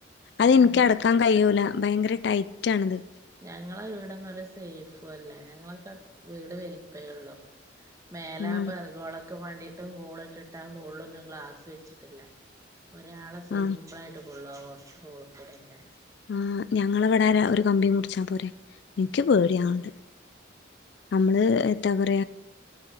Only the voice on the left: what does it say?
അതെനിക്ക്
അടക്കാൻ കഴിയൂല ഭയങ്കര ടൈറ്റാണിത്
ഉം
ആഹ്
ആ ഞങ്ങള നേരാ ഒരു കമ്പി മുറിച്ചാ പോരെ എനിക്ക് പേ യാണ്ട് നമ്മള് എ